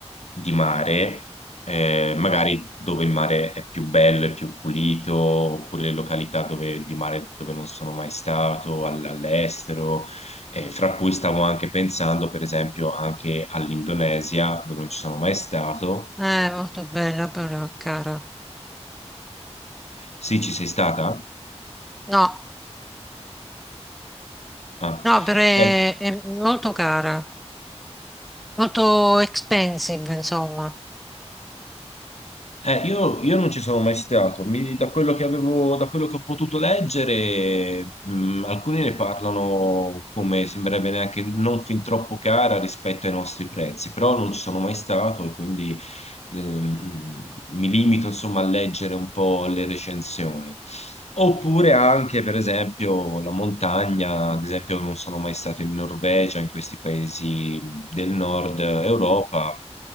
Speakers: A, on the left; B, in the centre.
A: di mare, eh, magari dove il mare è più bello, è più pulito, oppure le località dove, di mare dove non sono mai stato, all- all'estero, eh, fra cui stavo anche pensando, per esempio, anche all'Indonesia, dove non ci sono mai stato.
B: è molto bella però, cara.
A: Sì, ci sei stata?
B: No,
A: Ah.
B: no, però è,
A: Eh,
B: è molto cara, molto expensive, insomma.
A: Eh, io, io non ci sono mai stato, Mi- da quello che avevo, da quello che ho potuto leggere, mh, alcuni ne parlano come sembrerebbe neanche non fin troppo cara rispetto ai nostri prezzi, però non ci sono mai stato e quindi ehm, mi limito insomma a leggere un po' le recensioni. Oppure anche, per esempio, la montagna, ad esempio, non sono mai stato in Norvegia, in questi paesi del nord Europa.